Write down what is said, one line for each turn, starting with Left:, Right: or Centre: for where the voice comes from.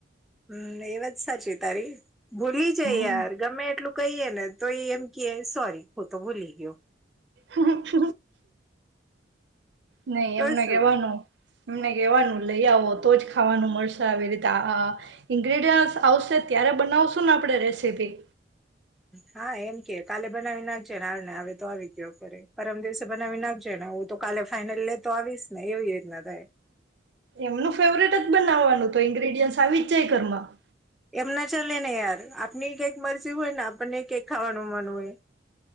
Centre: હમ એ વાત સાચી તારી ભૂલી જાય
Right: હમ
Centre: યાર ગમે એટલું? કહીએ ને તો એ એમ ક સોરી હું તો ભૂલી ગયો
Right: હ નહી
Centre: તો
Right: એમને
Centre: શું
Right: કેવાનું એમને કેવાનું લઈ આવો તો જ ખાવાનું મળશે આવી રીતે આ ઇન્ગ્રીડિય આવશે ત્યારે બનાવશું ને આપણે રેસીપી
Centre: હા એમ કે કાલે બનાવી નાખજે ને આવને આવે તો આવી ગયો કરે પરમ દિવસે બનાવી નાખજે ને આવું તો કાલે ફાાઈનલ લેતો આવીશ ને એવી રીતના થાય
Right: એમનું ફેવરેટ જ બનાવાનું તો ઇન્ગ્રીડિયન્ટ આવી જ જ ઘરમાં
Centre: એમના ચાલે ને યાર આપણી કેક મરસી હોય ને આપણને કેક ખાવાનું મન હોય